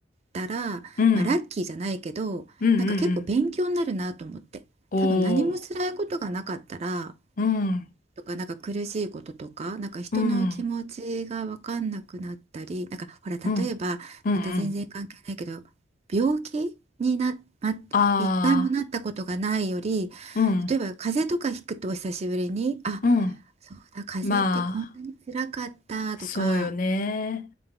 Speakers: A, on the right; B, on the left.
A: たら、
B: うんうん
A: まあ、ラッキーじゃないけどなんか結構勉強になるなと思って多分何も辛いことがなかったら
B: うんうんおーうん
A: とか、なんか苦しいこととか、なんか人の気持ちが分かんなくなったり、
B: うん
A: なんかほら、例えば、
B: うん、うん、
A: また全然関係ないけど、
B: うん。
A: 病気にな、ま、
B: あ
A: 一回もなったことがないより、
B: あ、うん、
A: 例えば風邪とかひくと久しぶりに、あ、
B: うん。
A: そうだ、風邪ってこんなに辛かったとか、
B: まあ、そうよね。